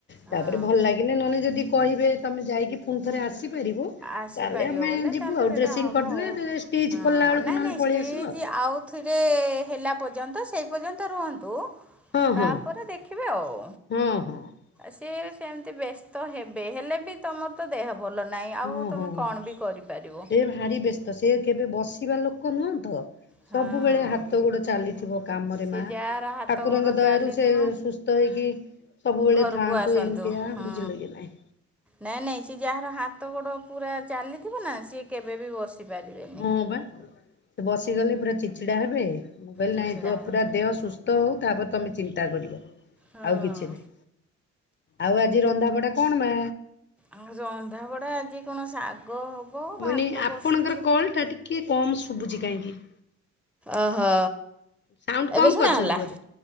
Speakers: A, in the centre; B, on the left.
A: ହଁ
B: ତାପରେ ଭଲ ଲାଗିଲେ ନହେଲେ ଯଦି କହିବେ ତମେ ଯାଇକି ପୁଣି ଥରେ ଆସିପାରିବ?
A: ଆସିପାରିବ
B: ତାହେଲେ ଆମେ
A: ବୋଲେ
B: ଯିବୁ
A: ତାହେଲେ
B: ଆଉ
A: ସେଟା
B: ଡ୍ରେସିଂ
A: ହବ
B: କରିଦେଲେ
A: ଆଉ
B: ଷ୍ଟିଚ୍ ଖୋଲିଲା ବେଳକୁ
A: ନାଇଁ
B: ନହେଲେ
A: ନାଇଁ
B: ପଳେଇ
A: ଷ୍ଟିଜ
B: ଆସିବୁ ଆଉ।
A: ଆଉଥରେ ହେଲା ପର୍ଯ୍ୟନ୍ତ ସେଇ ପର୍ଯ୍ୟନ୍ତ ରୁହନ୍ତୁ।
B: ହଁ
A: ତାପରେ
B: ହଁ
A: ଦେଖିବେ ଆଉ
B: ହଁ ହଁ
A: ସେ ସେମିତି ବ୍ୟସ୍ତ ହେବେ ହେଲେ ବି ତମର ତ ଦେହ ଭଲ ନାହିଁ ଆଉ
B: ଓ
A: ତମେ
B: ହଁ
A: କଣ
B: ସେ
A: ବି କରିପାରିବ
B: ଭାରିି ବେସ୍ତ ସେ କେବେ ବସିବା ଲୋକ ନୁହଁ ତ
A: ହଁ
B: ସବୁବେଳେ ହାତ ଗୋଡ ଚାଲିଥିବ। କାମରେ
A: ସିଏ
B: ମା
A: ଯାହାର ହାତ
B: ଠାକୁରଙ୍କ
A: ଗୋଡ଼
B: ଦୟାରୁ
A: ଚାଲିଥିବ
B: ସେ ସୁସ୍ଥ ହେଇକି ସବୁବେଳେ
A: ଘରକୁ
B: ଥାଆନ୍ତୁ
A: ଆସନ୍ତୁ
B: ଏମିତିଆ
A: ହଁ
B: ବୁଝିଲେ କି ନାହିଁ?
A: ନାଇଁ ନାଇଁ ସିଏ ଯାହାର ହାତ ଗୋଡ ପୁରା ଚାଲିଥିବ ନା ସିଏ କେବେ ବି ବସି ପାରିବେନି
B: ହଁ ବା ସେ ବସିଗଲେ ପୁରା ଚିଡ୍ ଚିଡା ହେବେ ମୁଁ କହିଲି
A: ଚିଚିଡ଼ା
B: ନାହିଁ ତୁ
A: ହେବେ
B: ପୁରା ଦେହ ସୁସ୍ଥ ହଉ ତାପରେ ତମେ ଚିନ୍ତା କରିବ।
A: ହଁ
B: ଆଉ କିଛି ନାହିଁ। ଆଉ ଆଜି ରନ୍ଧାବଢା କଣ ମା?
A: ଆଉ ରନ୍ଧାବଢ଼ା ଆଜି କଣ ଶାଗ ହବ
B: ମାନେ
A: ଭାତ
B: ଆପଣଙ୍କର
A: ବସିଛି
B: କଲ ଟା ଟିକେ କମ ଶୁଭୁଛି କାହିଁକି।
A: ଓହୋ।
B: ସାଉଣ୍ଡ
A: ଏବେ
B: କମ
A: ଶୁଣାଗଲା
B: କରିଛନ୍ତି ବୋଧେ